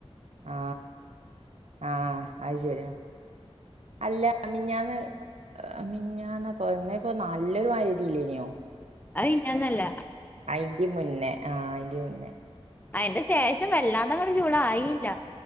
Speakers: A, on the right (about 80°); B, on the left (about 15°).
A: ആ ആ അത് ശരിയാ അല്ല ആ മിനിഞ്ഞാന്ന് മിഞ്ഞാന്ന് പോയത് നല്ലൊരു മഴയില്യേനോ
B: അയ് മിഞ്ഞാന്നല്ല
A: അയിന്റെ മുന്നേ ആ അയിന്റെ മുന്നേ
B: അതിന്റെ ശേഷം വല്ലാതങ്ങട് ചൂട് ആയില്ല